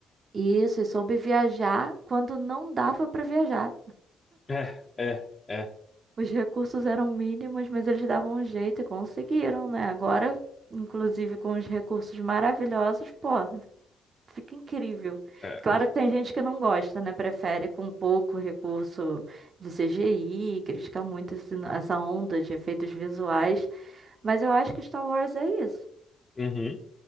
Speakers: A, on the right (about 45°); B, on the left (about 25°).
A: Isso, e soube viajar quando não dava para viajar.
B: É, é, é,
A: Os recursos eram mínimos, mas eles davam um jeito e conseguiram, né? Agora, inclusive com os recursos maravilhosos, pô, fica incrível.
B: é.
A: Claro
B: é,
A: que tem gente que não gosta, né? Prefere com pouco recurso de CGI, critica muito esse- essa onda de efeitos visuais, mas eu acho que Star Wars é isso.
B: Uhum.